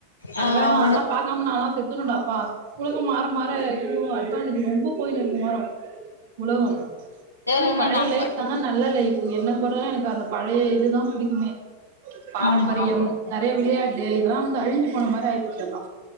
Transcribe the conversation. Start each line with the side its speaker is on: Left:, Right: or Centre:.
Right: நல்லவேல
Left: ஆ உங்க
Right: அதெல்லா பாக்காம நாலா செத்துரணுடாப்பா புழுக்கோ மாற மாற இன்னு இனோ எனக் ரொம்ப போய்னுருக்குமா உலகோ ஆனா
Left: ஏன்னா
Right: பழைய
Left: நம்ப
Right: லைஃப் தாங்க நல்ல லைஃப்பு என்ன அதுபோற எனக்கு அத பழைய இதுதா புடிக் குமே பாரம்பரியம்
Left: ஆமா
Right: நெறைய விளையாட்டு இதெல்லா வந்து அழிஞ்சு போன மாதிரி ஆயிட் க்கணு